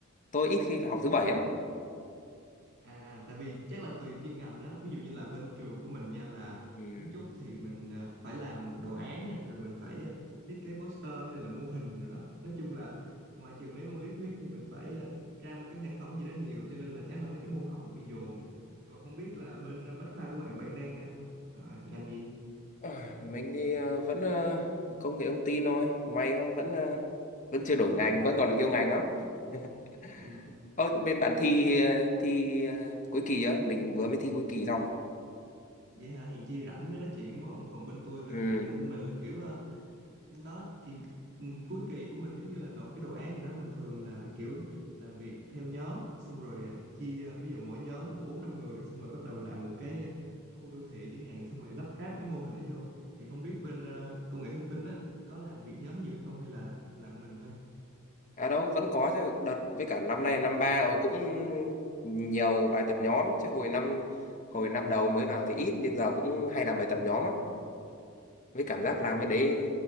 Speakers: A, on the left; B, on the right.
A: Tôi ít khi phải học thứ bảy lắm.
B: À, tại vì chắc là tùy chuyên ngành á, ví dụ như là bên trường của mình nha là
A: Ừ.
B: kiến trúc thì mình à, phải làm đồ án nè, rồi mình phải à, thiết kế poster hay là làm mô hình rồi đó. Nói chung là ngoài trừ mấy môn lý thuyết thì mình phải à, ra một cái sản phẩm gì đó nhiều cho nên là chắc là mấy cái môn học nó bị dồn. Còn không biết là bên à, bách khoa của bạn bạn đang à, học à, ngành gì?
A: À, mình thì ờ, vẫn ờ, công nghệ thông tin thôi may quá, vẫn ờ, vẫn chưa đổi ngành
B: Ừ.
A: vẫn còn yêu ngành lắm <laughs>
B: Ừ.
A: Ơ bên bạn thi
B: Ê,
A: ờ, thi ờ, cuối kỳ chưa mình vừa mới thi cuối kỳ xong
B: Vậy hả, hèn chi rảnh mới nói chuyện đúng không? Còn bên tôi là
A: ừ
B: ừ, bên mình là kiểu à, nó thì ừ, cuối kỳ của mình giống như là nộp cái đồ án gì đó mình thường là kiểu làm việc theo nhóm xong rồi à, chia ví dụ mỗi nhóm là bốn năm người xong rồi bắt đầu làm một cái à, khu đô thị chẳng hạn xong rồi lắp ráp cái mô hình đó vô thì không biết bên à, công nghệ thông tin á có làm việc nhóm nhiều hay không hay là làm mình thôi
A: à đâu vẫn có chứ đợt với cả năm
B: à
A: nay là năm ba rồi cũng nhiều bài tập nhóm chứ hồi năm hồi năm đầu mới vào thì ít nhưng giờ cũng hay làm bài tập nhóm lắm với cảm giác làm
B: ừ.
A: cái đấy